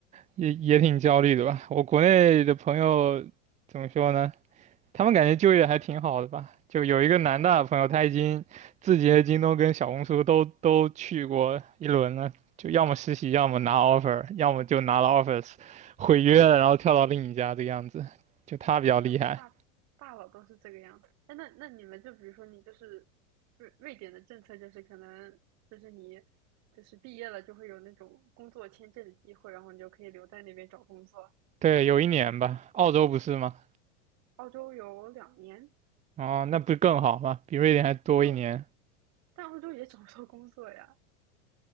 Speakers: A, on the right; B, on the right.
A: 也也挺焦虑的吧？我国内的朋友怎么说呢？他们感觉就业还挺好的吧？就有一个南大的朋友，他已经字节、京东跟小红书都都去过一轮了，就要么实习，要么拿 offer，要么就拿了 offers 毁约了，然后跳到另一家这个样子。就他比较厉害。
B: 哎，我感觉大大佬都是这个样子。哎，那那你们就比如说你就是瑞瑞典的政策就是可能就是你就是毕业了就会有那种工作签证的机会，然后你就可以留在那边找工作。
A: 对，有一年吧，澳洲不是吗？
B: 澳洲有两年
A: 哦，那不是更好吗？比瑞典还多一年。
B: 没有，但澳洲也找不到工作呀。